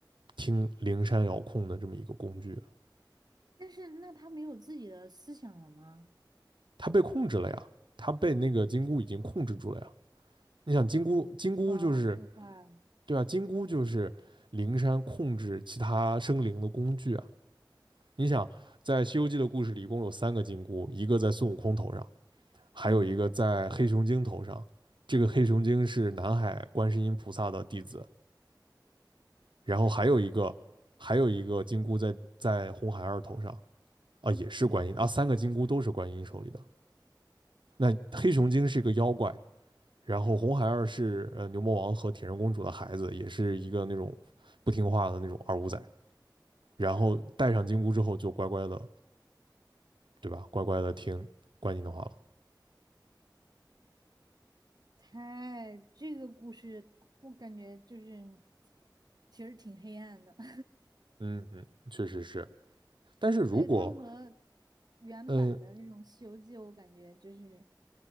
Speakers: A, on the right (about 85°); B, on the right (about 60°).
A: 听灵山遥控的这么一个工具。
B: 但是那他没有自己的思想了吗？
A: 他被控制了呀，他被那个金箍已经控制住了呀。你想金箍，金箍就是
B: 哇，太嗯坏了。
A: 对啊，金箍就是灵山控制其他生灵的工具啊。你想，在《西游记》的故事里，一共有三个金箍，一个在孙悟空头上，还有一个在黑熊精头上。
B: 嗯
A: 这个黑熊精是南海观世音菩萨的弟子，然后还有一个，还有一个金箍在在红孩儿头上啊，也是观音啊，
B: 嗯，
A: 三个金箍都是观音手里的。那黑熊精是一个妖怪，然后红孩儿是呃牛魔王和铁扇公主的孩子，也是一个那种不听话的那种二五仔。然后戴上金箍之后，就乖乖的，对吧？乖乖的听观音的话了。
B: 太这个故事我感觉就是其实挺黑暗的。<laughs>
A: 嗯嗯，确实是。但是如果
B: 对，它和原版的那种《西游记》，
A: 嗯，
B: 我感觉就是